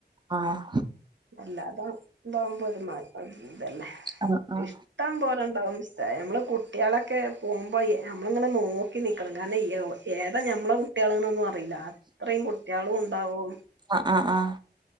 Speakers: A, on the right; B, on the right.
A: ആഹ്
B: അല്ല അതോ ഇ താകുമ്പോ ഒരു ഇതന്നെ
A: ആഹ് ആഹ്
B: ഇഷ്ടം പോലെ നമ്മള് കുട്ടികളൊക്കെ പോകുമ്പോ നമ്മളിങ്ങനെ നോക്കി നിക്കണം കാരണം ഏതാ നമ്മളെ കുട്ടികളൊന്നും അറിയില്ല അത്രയും കുട്ടികളും ഉണ്ടാവും
A: ആ ആആ